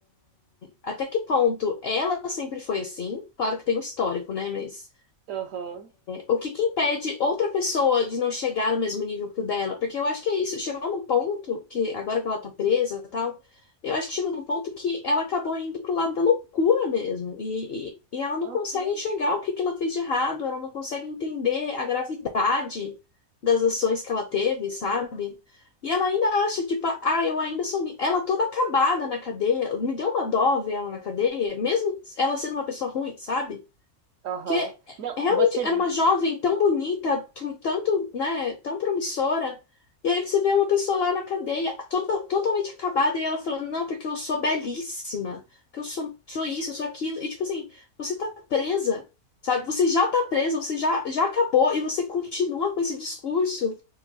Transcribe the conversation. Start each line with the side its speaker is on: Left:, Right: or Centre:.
Left: Até que ponto ela sempre foi assim? Claro que tem um histórico, né? Mas
Right: Aham.
Left: o que que impede outra pessoa de não chegar no mesmo nível que o dela? Porque eu acho que é isso, chegou num ponto que, agora que ela tá presa e tal, eu acho que chegou num ponto que ela acabou indo pro lado da loucura mesmo. E, e, e ela não
Right: Aham.
Left: consegue enxergar o que que ela fez de errado, ela não consegue entender a gravidade das ações que ela teve, sabe? E ela ainda acha, tipo, ah, eu ainda sou. ni-". Ela toda acabada na cadeia, me deu uma dó ver ela na cadeia, mesmo ela sendo uma pessoa ruim, sabe?
Right: Aham.
Left: Que
Right: Não,
Left: realmente
Right: você.
Left: era
Right: v-
Left: uma jovem tão bonita, tu- tanto, né, tão promissora. E aí você vê uma pessoa lá na cadeia, toda, totalmente acabada, e ela falando, não, porque eu sou belíssima, que eu sou, sou isso, eu sou aquilo. E tipo assim, você tá presa, sabe? Você já tá presa, você já, já acabou, e você continua com esse discurso.